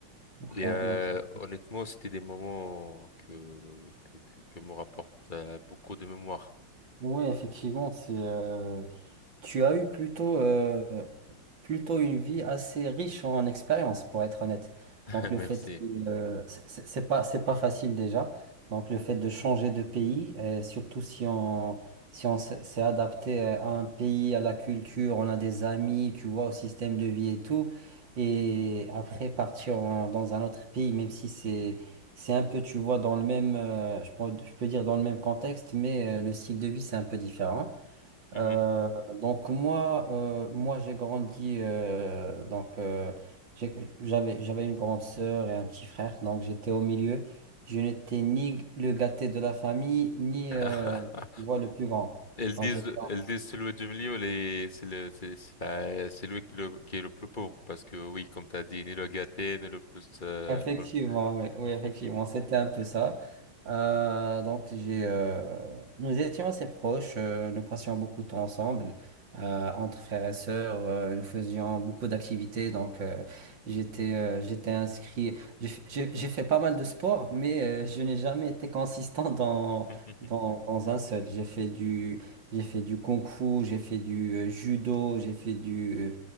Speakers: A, on the right (about 55°); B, on the left (about 25°).
A: ouais,
B: Et euh,
A: donc, c'est-
B: honnêtement, c'était des moments que que que, que me rapportent euh, beaucoup de mémoire.
A: ouais, effectivement, c'est. euh, Tu as eu plutôt euh, plutôt une vie assez riche en expérience, pour être honnête.
B: <laughs>
A: Donc le
B: Merci.
A: fait de, euh, c'est c'est- c'est pas, c'est pas facile déjà. Donc le fait de changer de pays, euh, surtout si on, si on s'est s'est adapté euh, à un pays, à la culture, on a des amis, tu vois, au système de vie et tout. Et après partir en- dans un autre pays, même si c'est, c'est un peu, tu vois, dans le même, euh, je peux, je peux dire dans le même contexte, mais euh, le style de vie, c'est un peu différent.
B: Mhm.
A: Euh, donc moi, euh, moi j'ai grandi, euh, donc euh, j'ai- j'avais j'avais une grande sœur et un petit frère, donc j'étais au milieu. Je n'étais ni le gâté de la famille, ni
B: <laughs>
A: euh, tu vois, le plus grand.
B: Elles
A: Donc
B: disent,
A: j'étais,
B: elles disent celui du milieu, les, c'est le, c'est, c'est euh, c'est lui qui, le- qui est le plus pauvre parce que oui, comme t'as dit, ni le gâté, ni le plus. euh,
A: Effectivement, oui, oui,
B: <laughs>
A: effectivement, c'était un peu ça. Euh, donc, j'ai, euh, nous étions assez proches, euh, nous passions beaucoup de temps ensemble, euh, entre frères et sœurs, euh, nous faisions beaucoup d'activités. Donc, euh, j'étais, euh, j'étais inscrit, j'ai f- j'ai- j'ai fait pas mal de sport, mais euh, je n'ai jamais été consistant dans,
B: Mhm,
A: dans, dans un seul. J'ai fait du, j'ai fait du kung-fu, j'ai fait du euh, judo, j'ai fait du euh,